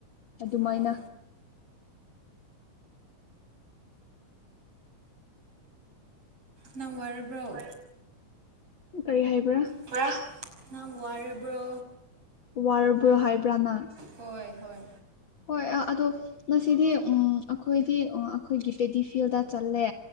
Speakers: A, on the left; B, on the right.
A: ꯑꯗꯨꯃꯥꯏꯅ
B: ꯑꯣ ꯅꯪ ꯋꯥꯔꯕ꯭ꯔꯣ
A: ꯀꯔꯤ ꯍꯥꯏꯕ꯭ꯔꯥ
B: ꯄꯨꯔꯥ ꯅꯪ ꯋꯥꯔꯕ꯭ꯔꯣ
A: ꯋꯥꯔꯕ꯭ꯔꯣ ꯍꯥꯏꯕ꯭ꯔꯥ ꯅꯪ
B: ꯍꯣꯏ ꯍꯣꯏ
A: ꯍꯣꯏ ꯑꯗꯣ ꯉꯁꯤꯗꯤ ꯎꯝ ꯑꯩꯈꯣꯏꯗꯤ ꯑꯩꯈꯣꯏꯒꯤ ꯄꯦꯗꯤ ꯐꯤꯜꯗ ꯆꯠꯂꯦ